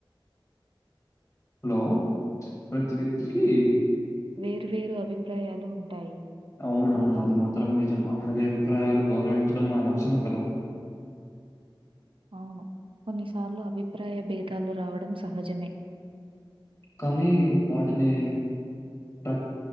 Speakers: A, on the left (about 20°); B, on the right (about 80°).
A: హలో ప్రతి వ్యక్తికి,
B: వేరు వేరు అభిప్రాయాలు ఉంటాయి.
A: అవునవును అది మాత్రం నిజం. అందరి అభిప్రాయాలు గౌరవించడం మన లక్షణం కదా!
B: అవును కొన్నిసార్లు అభిప్రాయ భేదాలు రావడం సహజమే.
A: కానీ, వాటిని ప్ర